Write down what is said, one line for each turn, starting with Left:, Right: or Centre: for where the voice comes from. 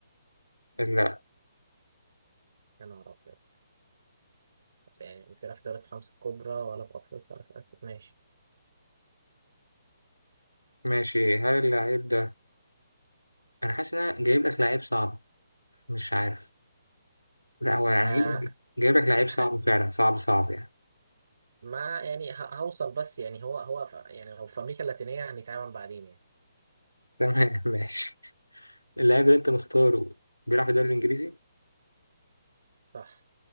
Left: لا
Right: يا نهار أبيض يعني مش بيلعب في دوري الخمسة الكبرى ولا في أفريقيا ولا في آسيا ماشي
Left: ماشي هل اللاعب ده انا حاسس ان انا جايب لك لعيب صعب مش عارف لا هو انا
Right: ها
Left: جايب جايب لك لعيب صعب
Right: ها
Left: فعلا صعب صعب يعني
Right: ما يعني ه- هوصل بس يعني هو هو في يعني لو في أمريكا اللاتينية هنتعامل بعدين يعني
Left: تمام <laughs> ماشي اللاعب اللي انت مختاره بيلعب في الدوري الانجليزي
Right: صح